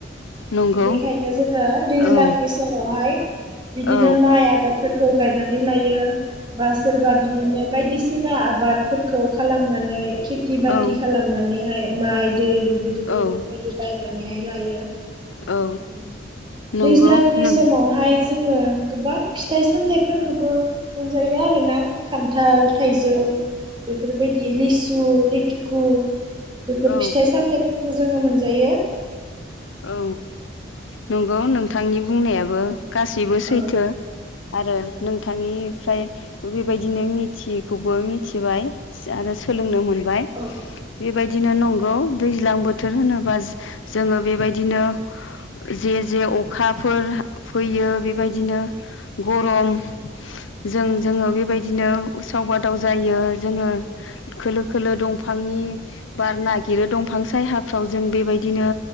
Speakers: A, on the left (about 75°); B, on the right (about 25°).
A: नंगौ
B: बेखायनो जोङो दैज्लांनि
A: औ
B: समावहाय। बिदिनो
A: औ
B: माइ आबादफोरखौ गायनानै लायो, बा सोरबा बिदिनो बायदिसिना आबादफोरखौ खालामनानै खेथि बाथि
A: औ
B: खेथि खालामनानैहाय माइ दै बेफोर
A: औ
B: बेफोरबायदि बायनानैहाय लायो, ओ
A: औ नंगौ
B: दैज्लांनि
A: नों
B: समावहाय जोंङो गोबां फिथाइ सामथाइफोरखौबो मोनजायो आरो ना खान्थाल, थाइजौ, बेफोरबायदि लिसु, लिथुकु बेफोर
A: औ
B: फिथाइ सामथाइफोर खौ जोंङो मोनजायो,
A: औ नंगौ नोंथांनि बुंनायाबो, गासैबो सैथो
B: औ
A: आरो नोंथांनि निफ्राय बेबायदिनो मिथियैखौबो मिथिबाय आरो सोलोंनो मोन मोनबाय
B: औ
A: बेबायदिनो नंगौ दैज्लां बोथोर होनोबा जोंङो बेबायदि बिदिनो जे-जे अखाफोर फैयो, बेबायदिनो गरम, जों जोंङो बेबायदिनो उसाव बादाव जायो । जोंङो खोलो खोलो दंफांनि बार नागिरो, दंफां सायहाफ्राव जों बेबायदि बिदिनो